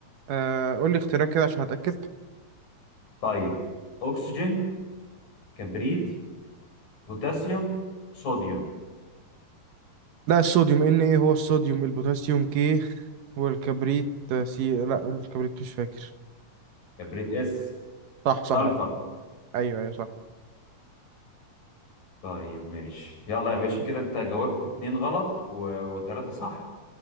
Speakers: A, on the right; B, on the left.
A: آه... قول لي اختيارات كده عشان اتاكد
B: طيب اكسجين كبريت بوتاسيوم صوديوم
A: لا الصوديوم ان ايه هو الصوديوم البوتاسيوم كي والكبريت آه، سي لا الكبريت مش فاكر
B: كبريت اس
A: صح
B: سلفر
A: صح ايوه ايوه صح
B: طيب ماشي يلا يا باشا كده انت جاوبت اتنين غلط و... وتلاتة صح